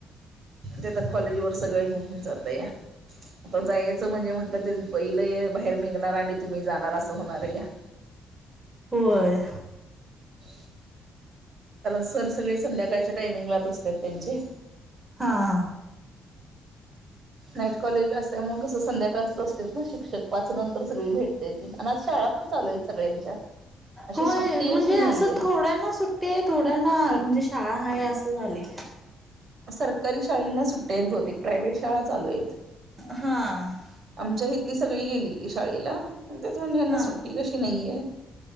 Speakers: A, on the right (about 50°); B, on the right (about 15°).
A: ते कॉलेज वर सगळं घिऊन जात या आ जायचं म्हणजे म्हटलं ते बैल बार निघणार आणि तुम्ही जाणार अस होणार या
B: होय
A: ह सर सगळे संध्याकाळच्या टायमिंगला असतात त्यांचे
B: हा हा
A: नाईट कॉलेज ला असल्यामुळे तसं संध्याकाळचच असते ना शिक्षक पाच नंतर सगळी भेटताय ती आणि आज शाळा पण चालूय सगळ्यांच्या अशी
B: होय
A: सुट्टी
B: म्हणजे
A: अशी नाही
B: असं
A: येईल
B: थोड्यांना सुट्टे थोड्यांना म्हणजे शाळा आहे असं झाले
A: सरकारी शाळेंना सुट्टी आहेत बहुतेक प्रायव्हेट शाळा चालू आहेत
B: हां
A: आमच्या हथली सगळी गेली शाळेला तेच म्हणजेना
B: हा
A: सुट्टी कशी नाहीये